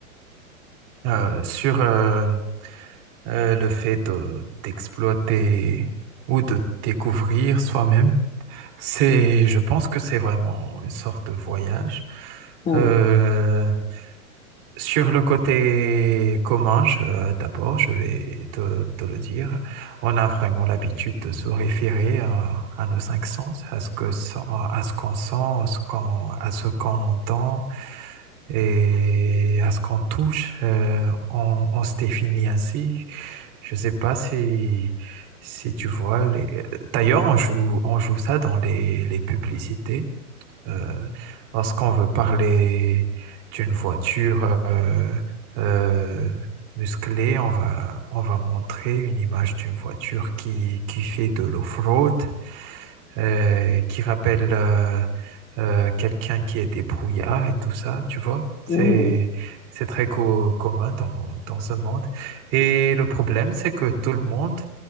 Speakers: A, on the right (about 40°); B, on the left (about 20°).
A: Euh, sur euh, euh, le fait de- d'exploiter ou de découvrir soi-même, c'est, je pense que c'est vraiment une sorte de voyage.
B: Ah Oui.
A: Euh, Sur le côté commun, je- euh, d'abord, je vais te, te le dire, on a vraiment l'habitude de se référer à, à nos cinq sens, à ce que, sent- à ce qu'on sent, à ce qu'on, à ce qu'on entend et à ce qu'on touche. Euh, on, on se définit ainsi. Je ne sais pas si, si tu vois les... D'ailleurs, on joue, on joue ça dans les, les publicités. Euh, lorsqu'on veut parler d'une voiture euh, euh, musclée, on va, on va montrer une image d'une voiture qui, qui fait de l'off-road, euh, qui rappelle euh, euh, quelqu'un qui est débrouillard et tout ça, tu vois.
B: Mhm.
A: C'est, c'est très co- commun dans, dans ce monde. Et le problème, c'est que tout le monde